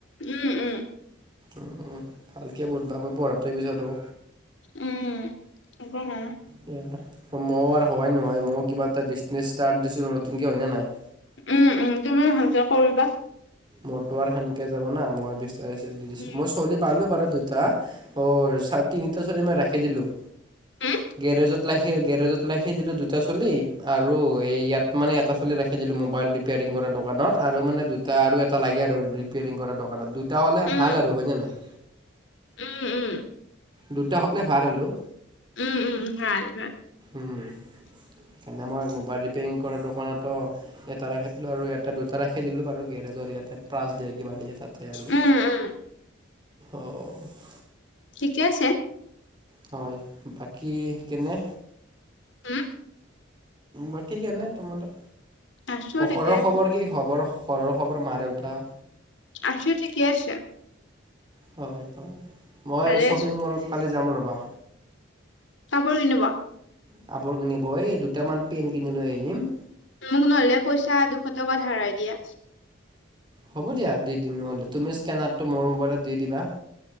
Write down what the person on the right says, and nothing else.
অ, ভালকে পঢ়বা, মই পঢ়াটোৱে বিচাৰো।
<unintelligible> মই কিবা এটা বিজনেছ ষ্টাৰ্ট দিছোঁ নতুনকে হয়নে নাই!
মোৰ আৰু সেনকে যাব না। মই বেছি <unintelligible> দিছোঁ
মই চলি পালোঁ বাৰু দুটা, অ, তিনিটা চলি মই ৰাখি দিলোঁ।
গেৰেজত ৰাখি, গেৰেজত ৰাখি দিলো দুটা চলি আৰু এই ইয়াত মানে এটা চলি ৰাখি <unintelligible> মোবাইল ৰিপেয়াৰিং কৰা দোকানত আৰু মানে দুটা আৰু এটা লাগে আৰু ৰিপেয়াৰিং কৰা দোকানত দুই তা হ'লে
ভাল আৰু হয়নে নাই!
দুটা হ'লে ভাল। <unintelligible>
উম, মানে মই মোবাইল ৰিপেয়াৰিং কৰাৰ দোকানতো এটা ৰাখি দিলো আৰু ইটা দুটা ৰাখি দিলো বাৰু, গেৰেজৰ ইয়াতে প্ৰাছ দিয়ে, কিবা দিয়ে। তাতে আৰু।
অঁ, অ।
হয় বাকী কেনে
বাকী কেনে তোমালোক
ঘৰৰ
খবৰ কি খবৰ ঘৰৰ খবৰ মা দেউতা।
হয় হয় মই
শ্বপিং
মলত কালি যাম ৰ'বা
কাপোৰ কিনিব এই দুটামান পেণ্ট কিনি লৈ আহিম।
হ'ব দিয়া দিম নহ'লে তুমি স্কেনাৰটো মোৰ মোবাইলত দি দিবা।